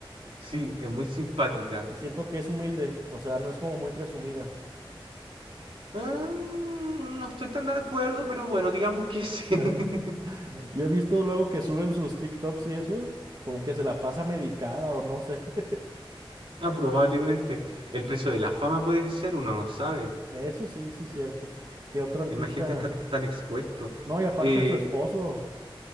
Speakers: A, on the right; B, on the right.
A: sí, es muy simpática.
B: Y siento que es humilde, o sea, no es como muy presumida.
A: Ah, no estoy tan de acuerdo, pero bueno, digamos que sí. <laughs>
B: <laughs> Yo he visto luego que suben sus TikToks y eso, como que se la pasa medicada o no sé. <laughs>
A: Ah, probablemente el precio de la fama puede ser, uno no sabe.
B: Eso sí, sí es cierto. ¿Qué otro artista?
A: Imagínate estar tan expuesto.
B: No, y aparte
A: Eh,
B: su esposo.